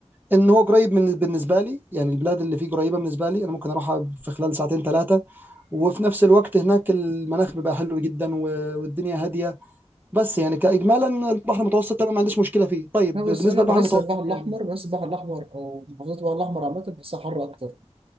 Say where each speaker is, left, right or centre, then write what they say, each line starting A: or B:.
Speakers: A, on the right; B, on the right.
A: إن هو قريب من بالنسبة لي يعني البلاد اللي فيه قريبة بالنسبة لي أنا ممكن أروحها في خلال ساعتين ثلاثة وفي نفس الوقت هناك المناخ بيبقى حلو جدا و- والدنيا هادية بس يعني كإجمالا البحر المتوسط أنا ما عنديش مشكلة فيه طيب
B: أنا
A: بالنسبة
B: بس انا
A: للبحر
B: بحس
A: المتوسط
B: البحر الاحمر
A: يعني
B: بحس البحر الاحمر او محافظات البحر الاحمر عامه بحسها حر اكتر